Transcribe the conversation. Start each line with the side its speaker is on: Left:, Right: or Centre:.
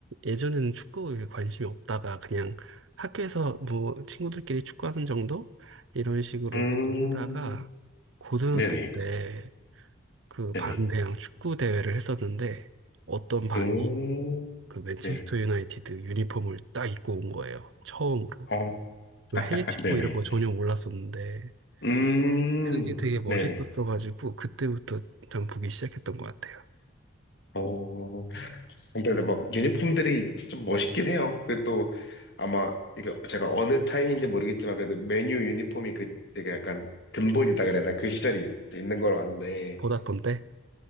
Right: 예전에는 축구에 관심이 없다가 그냥 학교에서 뭐 친구들끼리 축구하는 정도? 이런 식으로
Left: 음,
Right: 그냥 하다가 고등학교
Left: 네네.
Right: 때 그
Left: 네네.
Right: 반대항 축구 대회를 했었는데 어떤 반이
Left: 음,
Right: 그 맨체스터
Left: 네.
Right: 유나이티드 유니폼을 딱 입고 온 거예요. 처음으로.
Left: 어, <laughs>
Right: 그 해외 축구
Left: 네네.
Right: 이런 거 전혀 몰랐었는데
Left: 음,
Right: 그게 되게 멋있었어가지고
Left: 네네.
Right: 그때부터 좀 보기 시작했던 것 같아요.
Left: 어, 근데 막 유니폼들이 좀 멋있긴 해요. 그또 아마 이게 제가 어느 타임인지 모르겠지만 그래도 메뉴 유니폼이 그 되게 약간 근본이다 그랬나 그 시절이 있는 걸로 아는데.
Right: 보다폰 때?